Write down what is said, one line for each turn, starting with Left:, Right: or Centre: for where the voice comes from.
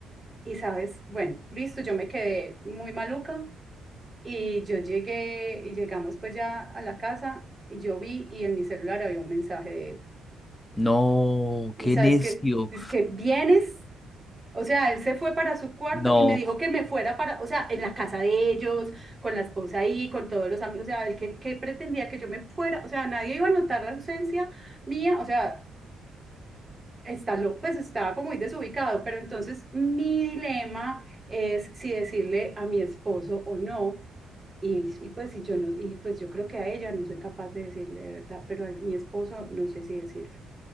Right: Y sabes, bueno, listo, yo me quedé muy maluca Y yo llegué y llegamos pues ya a la casa y yo vi y en mi celular había un mensaje de él.
Left: No,
Right: Y
Left: qué
Right: sabes
Left: necio.
Right: que, dice que vienes, o sea, él se fue para su cuarto
Left: No.
Right: y me dijo que me fuera para, o sea, en la casa de ellos, con la esposa ahí, con todos los amigos, o sea, él que, que pretendía que yo me fuera, o sea, nadie iba a notar la ausencia mía, o sea, está loco, pues estaba como muy desubicado, pero entonces mi dilema es si decirle a mi esposo o no y, y pues y yo no, y pues yo creo que a ella no soy capaz de decirle de verdad, pero a mi esposo no sé si decirle.